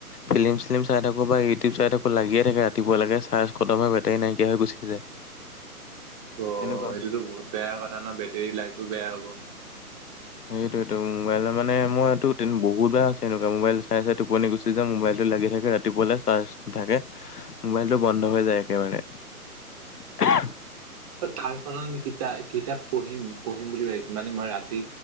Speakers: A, on the left; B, on the right.
A: ফিলি্ম চিলিম চাই থাকোঁ বা ইউটিউব চাই থাকো লাগিয়ে থাকে ৰাতিপুৱা লৈকে চাৰ্জ খতম হয় বেটেৰী নাইকিয়া হৈ গচি যায়
B: অ
A: এনেকুৱা
B: এইটোতো বহুত বেয়া কথা ন বেটেৰী লাইফো বেয়া হ'ব
A: সেইটোটো মোবাইল মানে মই এইটো বহুত বেয়া আছে এনেকুৱা মোবাইল চাই চাই টোপনি গুচি <unintelligible> মোবাইলটো লাগি থাকে ৰাতিপুৱালা চাৰ্জ নাথাকে মোবাইলতটো বন্ধ হৈ যায় একেবাৰে <unintelligible>
B: <unintelligible> কিতা কিতাপ পঢ়িম পঢ়িম বুলি ভাবিছো মানে মই ৰাতি